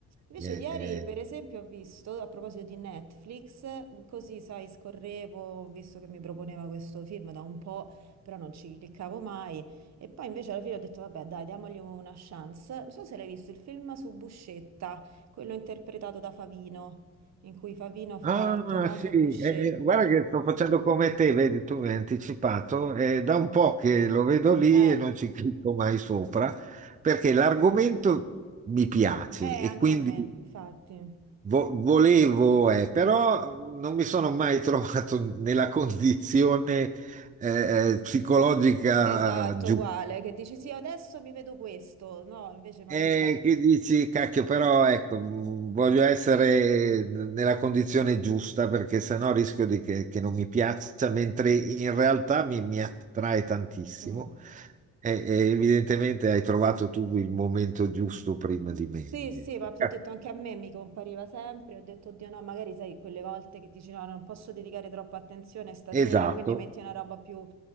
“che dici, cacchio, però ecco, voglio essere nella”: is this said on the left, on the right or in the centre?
Right